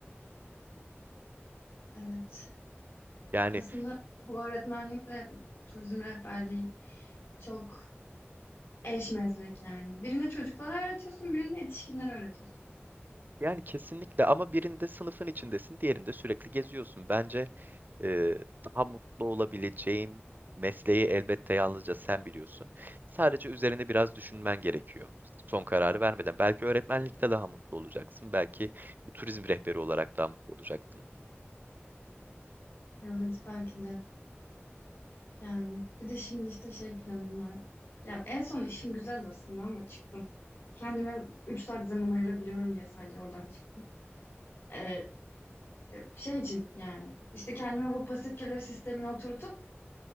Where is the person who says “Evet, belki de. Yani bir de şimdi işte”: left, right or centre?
Left